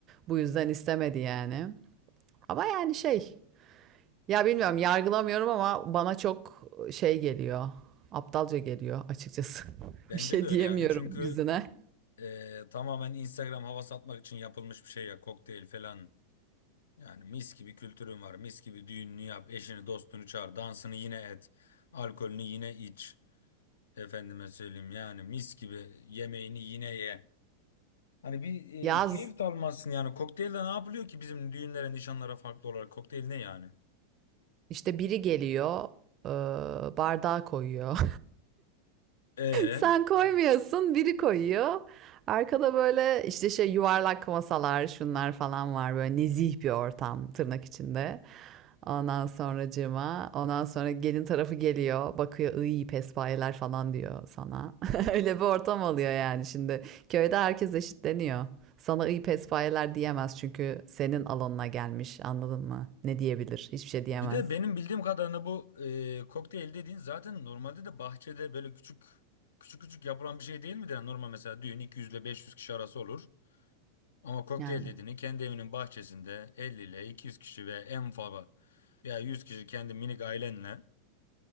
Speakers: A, on the right; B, on the left.
A: Bu yüzden istemedi yani. Ama yani şey ya bilmiyorum yargılamıyorum ama bana çok şey geliyor. Aptalca geliyor açıkçası. <laughs>
B: Bence
A: Bir şey
B: de öyle
A: diyemiyorum
B: yani çünkü
A: yüzüne.
B: Ee, tamamen Instagram hava satmak için yapılmış bir şey ya kokteyl falan. Yani mis gibi kültürün var. Mis gibi düğününü yap. Eşini dostunu çağır. Dansını yine et. Alkolünü yine iç. Efendime söyleyeyim yani mis gibi yemeğini yine ye. Hani bir
A: Yaz
B: e, keyif de almazsın yani. Kokteylde ne yapılıyor ki bizim düğünlere, nişanlara farklı olarak? Kokteyl ne yani?
A: işte biri geliyor, e, bardağı koyuyor.
B: E
A: Sen koymuyorsun, biri koyuyor. Arkada böyle işte şey yuvarlak masalar, şunlar falan var. Böyle nezih bir ortam tırnak içinde. Ondan sonracığıma, ondan sonra gelin tarafı geliyor, bakıyor iyi pespayeler falan diyor sana. <laughs> Öyle bir ortam oluyor yani şimdi. Köyde herkes eşitleniyor. Sana iyi pespayeler diyemez çünkü senin alanına gelmiş, anladın mı? Ne diyebilir? Hiçbir şey diyemez.
B: Bir de benim bildiğim kadarıyla bu e, kokteyl dediğin zaten normalde de bahçede böyle küçük küçük küçük yapılan bir şey değil midir? Yani normal mesela düğün 200 ile 500 kişi arası olur. Ama kokteyl
A: Yani
B: dediğini kendi evinin bahçesinde 50 ile 200 kişi ve en fazla ya 100 kişi kendi minik ailenle